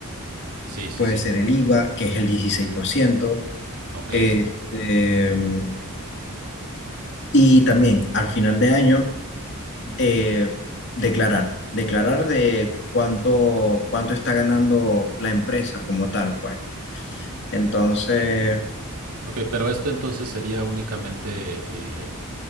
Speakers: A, on the right; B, on the left.
A: Sí, sí,
B: puede
A: sí.
B: ser el IVA, que es el 16%,
A: Ok.
B: este, mm, y también al final de año eh, declarar, declarar de cuánto, cuánto está ganando la empresa como tal, pues. Entonces,
A: Ok, pero esto entonces sería únicamente eh,